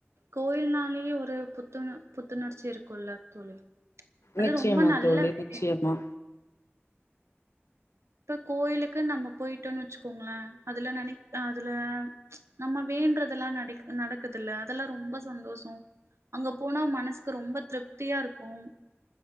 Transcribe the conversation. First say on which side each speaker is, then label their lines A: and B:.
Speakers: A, on the right; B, on the left.
A: கோயில்னாலயே ஒரு புத்துண புத்துணர்ச்சி இருக்குல்ல தோழி அது
B: நிச்சயமா
A: ரொம்ப நல்ல
B: தோழி
A: விஷயோ
B: நிச்சயமா
A: ப்ப கோயிலுக்குன் நம்ம போயிட்டோன் வெச்சுக்கோங்ளே அதுல நெனைக் அ அதுல நம்ம வேன்றதெல்லா நடெக் நடக்குதுல்ல அதெல்லா ரொம்ப சந்தோஷோ அங்க போனா மனசுக்கு ரொம்ப திருப்தியா இருக்கும்.